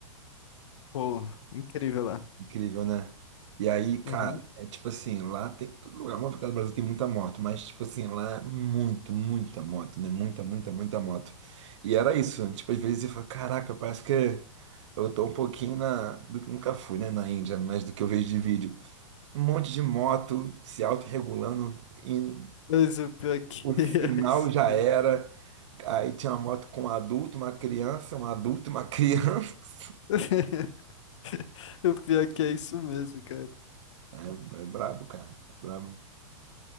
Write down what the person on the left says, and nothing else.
Pô, incrível lá.
Uhum.
Mas o pior é que
<laughs>
é isso
mesmo.
<laughs> O pior é que é isso mesmo, cara.